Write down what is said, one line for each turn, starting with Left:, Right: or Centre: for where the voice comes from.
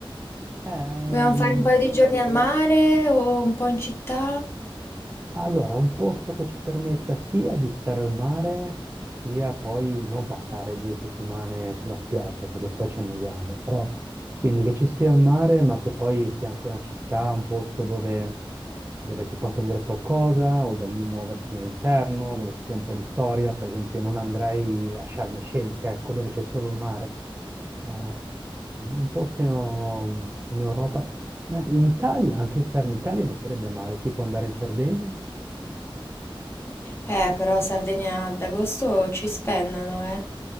Right: Ehm,
Left: Vogliamo fare un paio di giorni al mare o un po' in città?
Right: Allora, un posto che ci permetta sia di stare al mare, sia poi non passare due settimane sulla spiaggia, perché poi ci annoiamo, però quindi che ci sia il mare, ma che poi sia anche una città, un posto dove, dove si possa vedere qualcosa o da lì muoversi all'interno, dove ci sia un po' di storia, per esempio non andrei a Sharm el Sheikh, ecco, dove c'è solo il mare. Ehm, un posto in in Europa, ma in Italia, anche stare in Italia non sarebbe male, tipo andare in Sardegna.
Left: Eh, però Sardegna ad agosto ci spennano, eh.